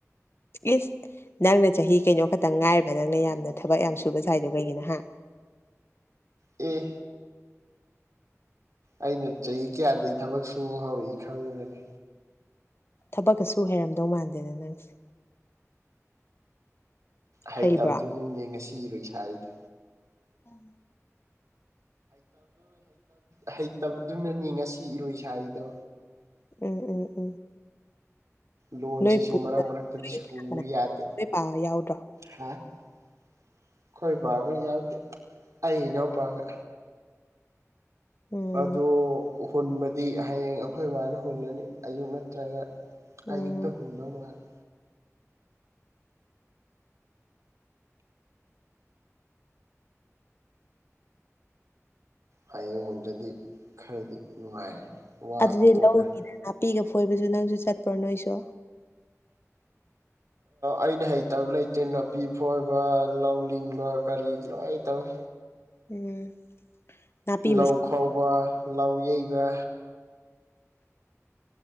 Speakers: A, on the left (about 50°); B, on the right (about 75°).
A: ꯏꯁ ꯅꯪꯅ ꯆꯍꯤ ꯀꯩꯅꯣ ꯈꯛꯇꯪ ꯉꯥꯏꯔꯗꯅ ꯅꯪ ꯌꯥꯝꯅ ꯊꯕꯛ ꯌꯥꯝ ꯁꯨꯕ ꯁꯥꯏꯗꯣ ꯀꯩꯒꯤꯅꯣ ꯍꯥ
B: ꯑꯦ ꯑꯩꯅ ꯆꯍꯤ ꯀꯌꯥꯗꯩ ꯊꯕꯛ ꯁꯨ ꯍꯧꯔꯛꯏ ꯈꯪꯕꯔꯥꯅꯦ
A: ꯊꯕꯛꯀꯁꯨ ꯍꯩꯔꯝꯗꯧ ꯃꯥꯟꯗꯦꯗ ꯅꯪꯁꯦ
B: ꯍꯩꯇꯕꯗꯨꯅꯤꯅꯦ
A: ꯍꯩꯕ꯭ꯔꯣ
B: ꯉꯁꯤ ꯂꯩꯁꯔꯤꯗꯣ
A: ꯑ <unintelligible>
B: ꯍꯩꯇꯕꯗꯨꯅꯅꯤ ꯉꯁꯤ ꯏꯔꯣꯏ ꯁꯥꯔꯤꯗꯣ
A: ꯎꯝ ꯎꯝ ꯎꯝ
B: ꯂꯣꯟꯁꯤꯁꯨ
A: ꯅꯣꯏ ꯄꯨꯒ
B: ꯃꯔꯛ ꯃꯔꯛꯇꯗꯤ
A: ꯅꯣꯏ
B: ꯁꯨꯕ
A: ꯀꯅꯥ ꯀꯅꯥ
B: ꯌꯥꯗꯦ
A: ꯅꯣꯏ ꯄꯥ ꯍꯣꯏ ꯌꯥꯎꯗ꯭ꯔꯣ
B: ꯍꯥ ꯑꯩꯈꯣꯏ ꯕꯥꯈꯣꯏ ꯌꯥꯎꯗꯦ ꯑꯩ ꯏꯅꯥꯎ ꯄꯥꯛꯑꯒ
A: ꯎꯝ
B: ꯑꯗꯨ ꯍꯨꯟꯕꯗꯤ ꯍꯌꯦꯡ ꯑꯩꯈꯣꯏ ꯕꯥꯅ ꯍꯨꯜꯂꯅꯤ ꯑꯌꯨꯛ ꯅꯠꯇ꯭ꯔꯒ
A: ꯎꯝ
B: ꯑꯖꯤꯛꯇ ꯍꯨꯟꯗꯧ ꯃꯥꯂꯤ ꯍꯌꯦꯡ ꯍꯣꯟꯗꯔꯗꯤ ꯈꯔꯗꯤ ꯅꯨꯡꯉꯥꯏꯔꯅꯤ ꯋꯥꯕ
A: ꯑꯗꯨꯗꯤ
B: ꯀꯣꯛꯈ꯭ꯔꯅꯤ
A: ꯂꯧꯒꯤꯗ ꯅꯥꯄꯤꯒ ꯐꯣꯏꯕꯁꯨ ꯅꯪꯁꯨ ꯆꯠꯄ꯭ꯔꯣ ꯅꯣꯏꯁꯨ
B: ꯑꯩꯅ ꯍꯩꯇꯕ ꯂꯩꯇꯦ ꯅꯥꯄꯤ ꯐꯣꯏꯕ ꯂꯧ ꯂꯤꯡꯕ ꯀꯔꯤ ꯂꯣꯏ ꯇꯧꯏ
A: ꯎꯝ ꯅꯥꯄꯤ
B: ꯂꯧ ꯈꯥꯎꯕ ꯂꯧ ꯌꯩꯕ